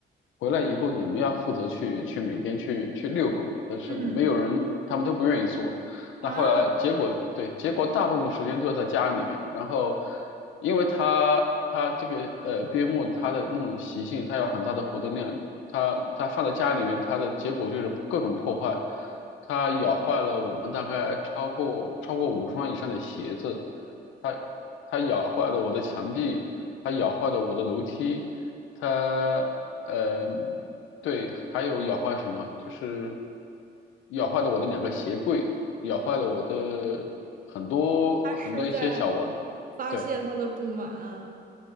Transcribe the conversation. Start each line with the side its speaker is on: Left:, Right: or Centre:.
Left: 回来以后你们要负责去去每天去去遛狗，但是没有人，
Right: 嗯
Left: 他们都不愿意做。
Right: 啊，
Left: 那后来结果对，结果大部分时间都是在家里面。然后，因为它它这个呃边牧它的那种习性，它有很大的活动量，它它放在家里面，它的结果就是各种破坏。它咬坏了我们大概超过超过五双以上的鞋子，它它咬坏了我的墙壁，它咬坏了我的楼梯，它呃，对，还有咬坏什么？就是咬坏了我的两个鞋柜，咬坏了我的很多很多一些小玩，
Right: 他是在发泄他的不满。
Left: 对。